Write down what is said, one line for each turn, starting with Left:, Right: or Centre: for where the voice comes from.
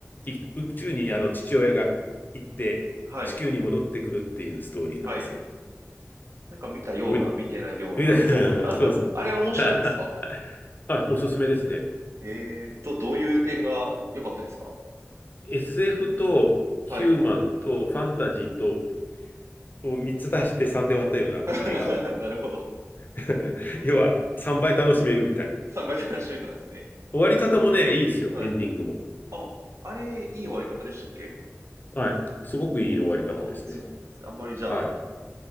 Left: い宇宙にあの父親が行って、
Right: はい、
Left: 地球に戻ってくるっていうストーリーなんですけど。
Right: はい。なんか見たような、
Left: 覚えて、
Right: 見てないような。
Left: <laughs> 覚えて
Right: ど、<laughs> あれ、
Left: <laughs> そうです。
Right: あれ面白いんですか
Left: <laughs> あ、おすすめですね。
Right: えー、ど、どういう点が良かったですか
Left: SF とヒューマンとファンタジーと
Right: はい。
Left: を3つ出して3で割ったような映画。
Right: <laughs> なるほど。
Left: <laughs> 要は3倍楽しめるみたいな。
Right: 三倍楽しみなんですね。
Left: 終わり方もね、いいですよ。
Right: はい。
Left: エンディングも。
Right: あ、あれ、いい終わり方でしたっけ
Left: はい。すごくいい終わり方ですね。
Right: えー、あ、そうなんですね。あんまりじゃあ、
Left: はい。